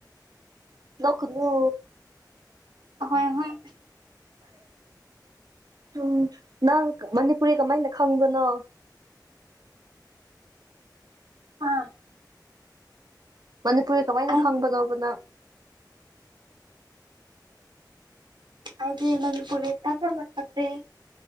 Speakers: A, on the right (about 60°); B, on the right (about 80°).
A: ꯅꯛꯀꯥꯅꯨ
B: ꯍꯣꯏ ꯍꯣꯏ
A: ꯎꯝ ꯅꯪ ꯃꯅꯤꯄꯨꯔꯤ ꯀꯃꯥꯏꯅ ꯈꯪꯕꯅꯣ
B: ꯍꯥꯥ
A: ꯃꯅꯤꯄꯨꯔꯔꯤ ꯀꯃꯥꯏꯅ
B: ꯑꯩ
A: ꯈꯪꯕꯅꯣꯗꯅ
B: ꯑꯗꯦ ꯃꯪꯄꯨꯔꯦ ꯇ ꯆꯂ ꯀꯗꯦ